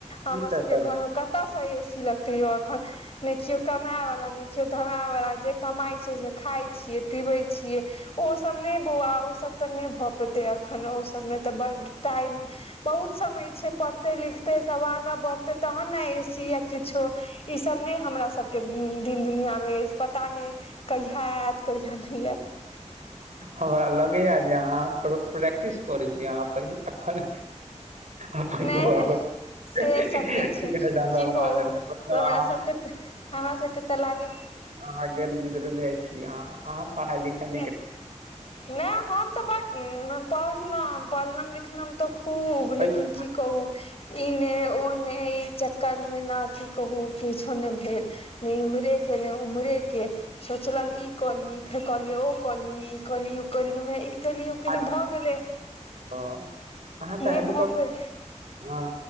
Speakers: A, on the left; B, on the right.
A: हमर
B: ई
A: सबके
B: तऽ सब
A: घर मे कतयसँ ए सी लगतै य अखन ने केओ कमाय वाला ने केओ धमाय वाला जे कमाई छै खाय छियेँ पीबै छियै ओ सब नहि बौआ ओ सब तऽ नहि भए पेते अखन ओ सब मे तऽ ब टाइम बहुत समय छै पढ़ते लिखते साल पूरा बढ़ते तहन ने ए सी या किछो ई सब ने हमरा सब के दिन दुनिया मे अछि पता नैय कहिया आयत कहिया नै आयत
B: हमरा लगैय जे अहाँ प्रो प्रैक्टिस करै छी अहाँ पहि अखन अपन
A: नहि
B: बौआ
A: नहि
B: बच्च
A: से
B: डलब
A: सब नहि छै की
B: अहां
A: कहू
B: मारलय मतलब
A: हमरा
B: अहाँ
A: सबके तऽ हमरा सबके तऽ लागे
B: अहाँ गेल गुजरले छीह अहाँ अहाँ पढ़ाई लिखाई न
A: नैय हम तऽ ब पढ़लौ पढ़लम लिखलम तऽ खूब लेकिन
B: तैयो
A: की कहू इ ने ओ ने ई चक्कर मे न की कहू किछो ने भेल ने इम्हरे के ने उम्हरे के सोचलम ई कली फेर कहली ओ कली ईली ओ कली मे ई उकेली उकेली
B: भाग
A: भऽ गेलै
B: जाउ। अहाँ
A: नैय
B: तऽ हेलीकॉप्टर
A: भऽपेर
B: हँ